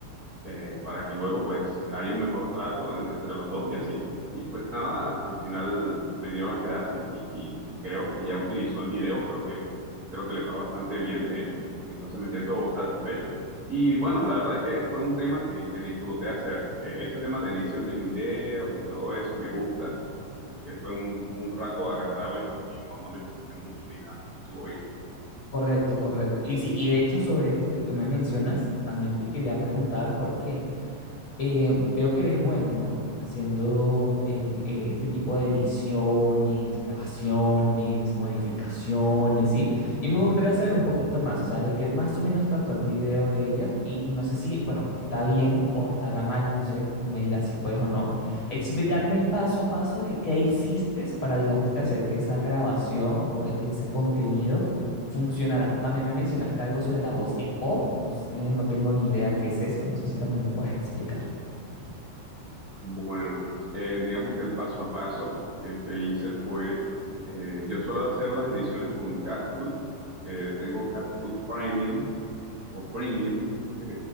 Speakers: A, on the right; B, on the left.
A: eh, para que luego pues haya un mejor trato en- entre los dos y así. Y pues nada, al final me dio las gracias y, y- y creo que ya utilizó el video, creo que, creo que le fue bastante bien de hecho, entonces me siento satisfecho. Y bueno, la verdad es que fue un tema que, que disfruté hacer. Eh, ese tema de edición de videos y todo eso me gusta, así que fue un, un rato agradable para mí, no, no me estresé mucho ni nada, estuvo bien.
B: Correcto, correcto. Y sí, y de hecho sobre esto que tú me mencionas, también te quería preguntar porque eh, veo que eres bueno, ¿no? Haciendo eh, eh, este tipo de ediciones, grabaciones, modificaciones, ¿sí? Y me gustaría saber un poquito más, o sea, de que más o menos trató el video de ella y, y no sé si, bueno, está bien o estará mal, no sé, tú me dirás si puedes o no, explicarme el paso a paso de qué hiciste para, digamos, que hacer que esa grabación o e- ese contenido funcionará. También me mencionaste algo sobre la voz en off, no sé, no tengo ni idea qué es eso, no sé si también me puedes explicar.
A: Bueno, eh, digamos que el paso a paso eh, que hice fue, eh, yo suelo hacer las ediciones con CapCut, eh, tengo CapCut Premium o premium. <laughs>